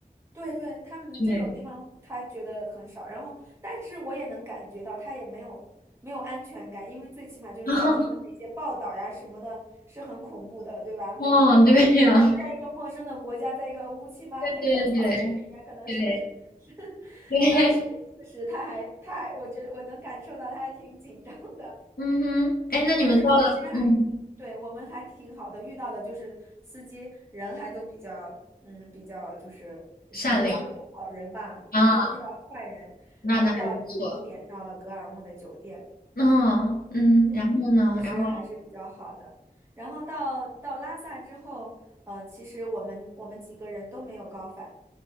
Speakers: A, on the right; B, on the left.
A: 对对，他们这种地方他觉得很少，
B: 对，
A: 然后但是我也能感觉到他也没有没有安全感，因为最起码就是他听的那些报道呀什么的，
B: <laughs>
A: 是很恐怖的，对吧？
B: 哦，
A: 然后然后在一个陌生的国家，
B: 对呀、<laughs>
A: 在一个乌漆嘛黑的草原里面，
B: 对对对对
A: 可能什么事 <laughs> 是，
B: 对，
A: 当时确实他还他还，我觉得我能感受到他还挺紧张的。
B: <laughs> 嗯哼，哎，那你们到了，
A: 但是我们其实还，
B: 嗯，
A: 对，我们还挺好的，遇到的就是司机人还都比较，嗯，比较就是
B: 善良
A: 就是都是好人吧，
B: 啊，
A: 也没有遇到坏人。
B: 那那还不错。
A: 然后到凌晨一点到了格尔木的酒店，
B: 嗯嗯，然后呢？
A: 其实还是比较好的。
B: 然后
A: 然后到到拉萨之后，嗯、其实我们我们几个人都没有高反，